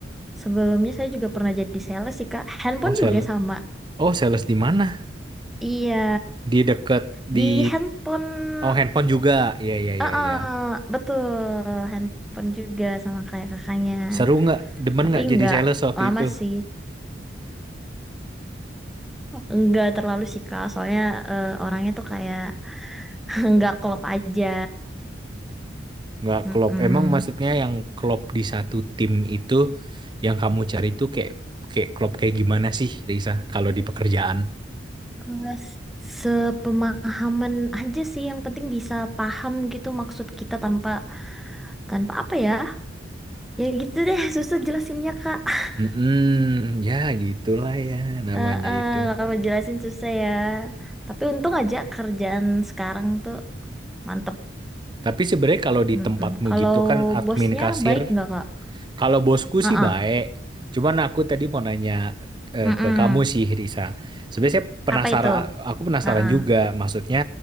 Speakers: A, in the centre; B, on the right.
A: Sebelumnya saya juga pernah jadi sales sih Kak. Handphone
B: Oh sales,
A: juga sama.
B: oh sales di mana?
A: Iya,
B: Di deket
A: di
B: di
A: handphone,
B: oh handphone juga. Iya iya
A: uh
B: iya iya.
A: betul, handphone juga sama kayak kakaknya.
B: Seru nggak? Demen
A: Tapi
B: nggak jadi
A: nggak
B: sales waktu
A: lama
B: itu?
A: sih. Enggak terlalu sih Kak, soalnya eh, orangnya tuh kayak <laughs> enggak klop aja.
B: Nggak
A: Mm-mm.
B: klop. Emang maksudnya yang klop di satu tim itu yang kamu cari itu kayak kayak klop kayak gimana sih Risa kalau di pekerjaan?
A: Eh, s- Sepemahaman aja sih, yang penting bisa paham gitu maksud kita tanpa tanpa apa ya? Ya gitu deh, <laughs> susah jelasinnya Kak. <laughs>
B: mm ya gitulah ya namanya
A: Eh, eh,
B: itu.
A: kalau jelasin susah ya. Tapi untung aja kerjaan sekarang tuh mantep.
B: Tapi sebenarnya kalau di
A: Mm-mm.
B: tempatmu
A: Kalau
B: gitu kan admin
A: bosnya
B: kasir
A: baik nggak Kak?
B: Kalau bosku
A: Heeh.
B: sih baik. Cuman aku tadi mau nanya eh,
A: Mm-mm.
B: ke kamu sih, Risa. Sebenarnya saya penasaran,
A: Apa itu?
B: aku penasaran
A: Heeh.
B: juga. Maksudnya